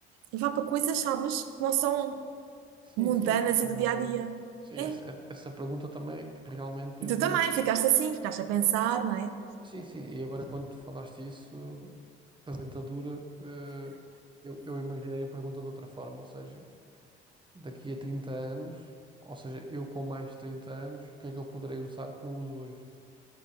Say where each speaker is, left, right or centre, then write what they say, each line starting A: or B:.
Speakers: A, on the right; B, on the right.
A: levar para coisas, sabes, que não são
B: Sim,
A: mundanas
B: sim, essa,
A: e do dia a dia.
B: sim, essa,
A: É.
B: essa pergunta também realmente tem
A: E tu
B: duas.
A: também ficaste assim, ficaste a pensar, não é?
B: Sim, sim, e agora quando tu falaste isso, da dentadura, eh, eu, eu imaginei a pergunta de outra forma, ou seja, daqui a 30 anos, ou seja, eu com mais de 30 anos, o que é que eu poderei usar que não uso hoje?